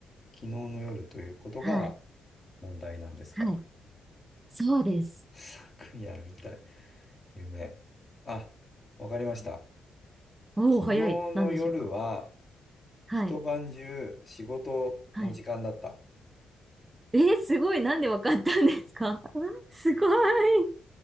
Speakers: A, on the left; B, on the right.
A: 昨日の夜ということが
B: はい。
A: 問題なんですか
B: はい。そうです。
A: <laughs> 昨夜みたい、夢。あ、わかりました。
B: おお、
A: 昨日の夜は
B: 早い。なんでしょうか。はい。
A: 一晩中仕事の時間だった。
B: はい。えー、すごい。なんでわかったんですか <laughs> すごい。